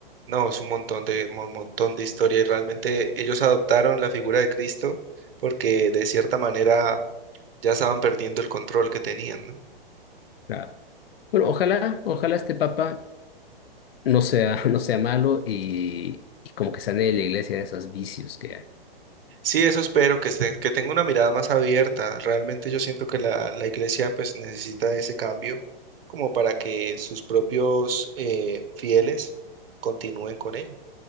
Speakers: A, on the right; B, on the left.
A: No, es un montón de, un montón de historia y realmente ellos adoptaron la figura de Cristo porque de cierta manera ya estaban perdiendo el control que tenían, ¿no?
B: Claro. Bueno, ojalá, ojalá este Papa no sea, <laughs> no sea malo y, y como que sane la iglesia de esos vicios que hay.
A: Sí, eso espero, que, esté- que tenga una mirada más abierta. Realmente yo siento que la, la iglesia pues necesita ese cambio como para que sus propios eh, fieles continúen con ella.